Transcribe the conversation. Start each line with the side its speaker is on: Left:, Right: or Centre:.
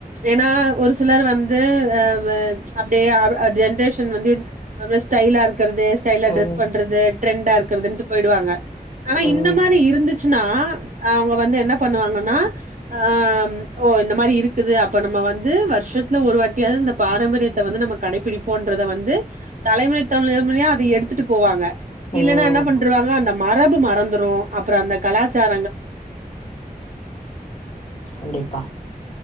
Right: ஏனா ஒரு சிலர் வந்து அஹ் வேன் அப்படியே அவ் அ ஜென்ரேஷன் வந்து ஒரு மாரி ஸ்டைலா இருக்கறது ஸ்டைலா
Left: ம்.
Right: டிரெஸ் பண்றது ட்ரெண்டா இருக்கறதுன்டு போயிடுவாங்க ஆனா
Left: ம்.
Right: இந்த மாரி இருந்துச் சுன்னா அவங்க வந்து என்ன பண்ணுவாங்கன்னா அம் ஓ இந்த மாரி இருக்குது அப்ப நம்ம வந்து வருஷத்துல ஒரு வாட்டியாவ்து இந்த பாரம்பரியத்த வந்து நாம கடைபிடிப்போன்றத வந்து தலைமுறை தலைமுறையா அத எடுத்துட்டு போவாங்க
Left: ம்.
Right: இல்லனா என்ன பண்ட்ருவாங்க அந்த மரபு மறந்துரு அப்புற அந்த கலாச்சார
Left: கண்டிப்பா